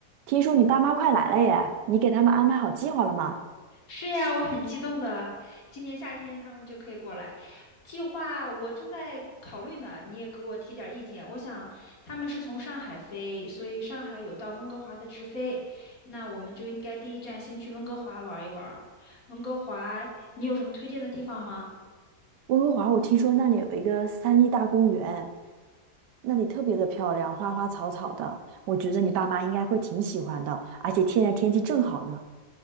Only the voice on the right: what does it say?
听说你爸妈快来了耶，你给他们安排好计划了吗？
温哥华，我听说那里有一个三立大公园，那里特别的漂亮，花花草草的，我觉得你爸妈应该会挺喜欢的，而且现在天气正好呢。